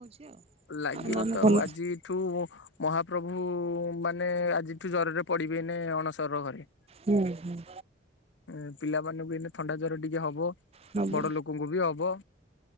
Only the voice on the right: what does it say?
ନହେଲେ
ଭଲ
ହୁଁ ହୁଁ।
ସବୁ